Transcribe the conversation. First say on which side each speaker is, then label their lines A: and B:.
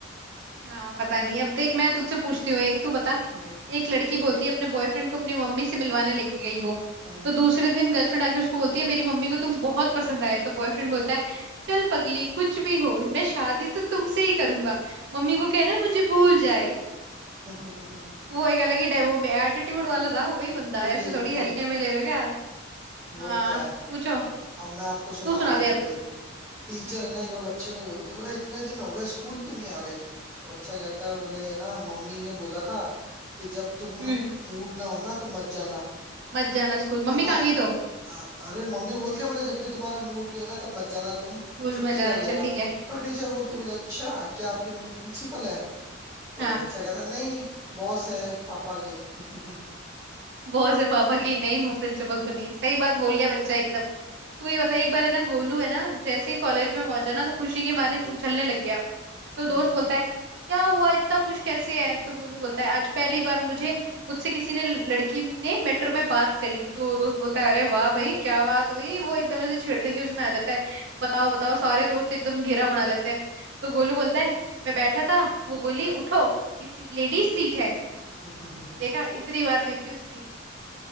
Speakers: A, on the right; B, on the right.
A: हाँ पता नहीं अब देख मैं तुझसे पूछती हूँ एक तू बता
B: हम्म
A: एक लड़की बोलती है अपने बॉयफ्रेंड को अपनी मम्मी से मिलवाने लेके गई वो
B: हम्म
A: तो दूसरे दिन गर्लफ्रेंड आके उसको बोलती है मेरी मम्मी को तुम बहुत पसंद आए तो बॉयफ्रेंड बोलता है चल पगली कुछ भी हो मैं शादी तो तुमसे ही करूंगा मम्मी को कहना मुझे भूल जाए
B: <laughs>
A: वो एक अलग ही डेमो में एटीट्यूड वाला था वो भाई बंदा
B: फुल
A: ऐसे
B: एकदम
A: थोड़ी हल्के में ले रहे हो क्या
B: वो
A: हाँ
B: तो है
A: पूछो
B: अब मैं आपको सुनाता
A: तू सुना
B: हूँ
A: दे
B: देखो
A: अब
B: एक टीचर
A: हम्म
B: है ना एक बार बच्चे को बोलती है बोले इतने दिन हो गए स्कूल क्यों नहीं आ रहे तुम तो बच्चा कहता है बोले है ना मम्मी ने बोला था कि जब तुम
A: हम्म
B: मूड ना हो ना तो मत जाना
A: मत जाना स्कूल मम्मी
B: है ना
A: कहाँ गई तो
B: आ- अरे मम्मी बोलती है बोले जब भी तुम्हारा मूड नहीं हो ना तब मत जाना तुम
A: स्कूल
B: छुट्टी
A: में जाना
B: कर लेना
A: चल ठीक है
B: तो टीचर
A: हम्म
B: बोलती है, बोले अच्छा क्या आपकी मम्मी प्रिंसिपल है तो
A: हाँ
B: बच्चा कहता नहीं बॉस है पापा के <laughs>
A: बॉस है पापा की नहीं हूँ प्रिंसिपल तो नहीं सही बात बोल गया बच्चा एकदम तू ये बता एक बार है ना गोलू है ना जैसे ही कॉलेज में पहुंचा ना तो खुशी के मारे उछलने लग गया तो
B: हम्म
A: दोस्त बोलता है क्या हुआ इतना खुश कैसे है तो गोलू बोलता है आज पहली बार मुझे मुझसे किसी ने लड़की ने मेट्रो में बात करी तो दोस्त बोलता है अरे वाह भाई क्या बात हुई वो एकदम ऐसे छेड़ने के उसमें आ जाता है बताओ बताओ सारे दोस्त एकदम घेरा बना लेते हैं तो गोलू बोलता है मैं बैठा था वो बोली उठो ये लेडीज सीट है
B: <laughs>
A: देखा इतनी बात हुई थी उसकी